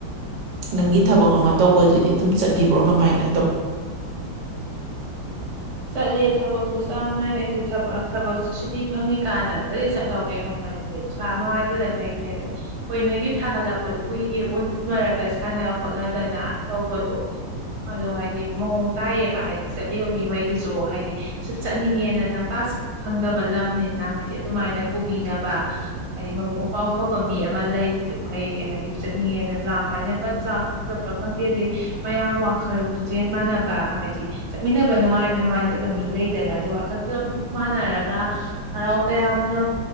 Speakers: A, on the right (about 70°); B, on the right (about 45°).
A: ꯅꯪꯒꯤ ꯊꯕꯛ ꯑꯃ ꯇꯧꯕꯗꯨꯗꯤ ꯗꯨꯝ ꯆꯠꯂꯤꯕꯣ ꯀꯃꯥꯏꯅ ꯇꯧ
B: ꯆꯠꯂꯦ ꯊꯕꯛꯁꯨ ꯆꯥꯡ ꯅꯥꯏꯅ <unintelligible> ꯊꯕꯛꯁꯦ ꯁꯨꯇꯤ ꯐꯪꯏ ꯀꯥꯟꯗ ꯑꯝꯇꯗꯤ ꯆꯠꯍꯧꯒꯦ ꯈꯟꯕꯅꯦ ꯁꯥ ꯅꯨꯡꯉꯥꯏꯇꯗ ꯂꯩꯅꯦ ꯑꯗꯣ ꯍꯣꯏ ꯅꯣꯏꯒꯤ ꯊꯥꯒꯠꯂꯛꯄꯗꯣ ꯎꯏꯌꯦ ꯎꯟ ꯃꯔꯛꯇ ꯁꯥꯟꯅ ꯈꯣꯠꯅꯗꯅ ꯇꯧꯕꯗꯣ ꯑꯗꯣ ꯍꯥꯏꯗꯤ ꯃꯑꯣꯡ ꯇꯥꯏꯌꯦꯕ ꯍꯥꯏꯗꯤ ꯆꯠꯂꯤꯕ ꯃꯤ ꯈꯩ ꯗꯨꯁꯨ ꯍꯥꯏꯗꯤ ꯆꯠꯅꯤꯡꯉꯦꯅꯅ <unintelligible> ꯐꯪꯗꯕ ꯂꯝꯅꯤꯅ ꯍꯥꯏꯗꯤ ꯗꯨꯃꯥꯏꯅ ꯄꯨꯕꯤꯅꯕ ꯍꯥꯏꯗꯤ ꯃꯕꯨꯛ ꯃꯄꯥꯟ ꯐꯕ ꯃꯤ ꯑꯝ ꯂꯩꯔꯤꯗꯨ ꯐꯩꯌꯦ ꯍꯥꯏꯗꯤ ꯆꯠꯅꯤꯡꯉꯦꯅ ꯂꯥꯞꯄꯅꯤꯅ <unintelligible> ꯈꯪꯗꯦ ꯑꯗꯩ ꯃꯌꯥꯝ ꯋꯥꯈꯜ ꯄꯨꯛꯆꯦꯜ ꯃꯥꯟꯅꯕ ꯍꯥꯏꯗꯤ ꯆꯠꯃꯤꯟꯅꯕ ꯅꯨꯡꯉꯥꯏ ꯅꯨꯡꯉꯥꯏꯇꯕ ꯃꯤ ꯂꯩꯗꯅ ꯑꯗꯨ ꯋꯥꯈꯜ ꯄꯨꯂꯞ ꯃꯥꯟꯅꯔꯒ ꯍꯔꯥꯎꯕ ꯇꯌꯥꯝꯅ